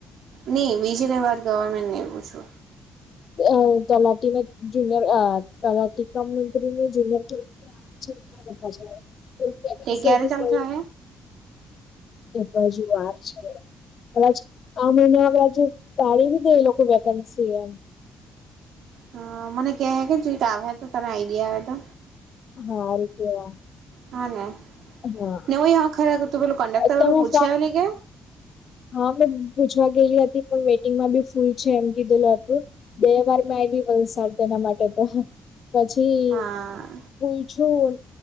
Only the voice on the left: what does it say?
અ તલાટીના, જુનયર તલાટી કામ મંત્રીને જુનિયર ક્યા, કરતા વેકેન્સી
હજુ
કોઈ
એ હજુ વાર છે. કદાચ આ મહિના, કદાચ તાળ દીધે એ લોકો વેકેન્સી એમ
હારૂ કેવા
હા
તમે
ફોર્મ
હા મેં પૂછવા ગયેલી હતી પણ વેટિંગમાં બી ફૂલ છે એમ કીધેલ હતું બે વાર મે વલસાડ તેના માટે તો પછી
પૂયછું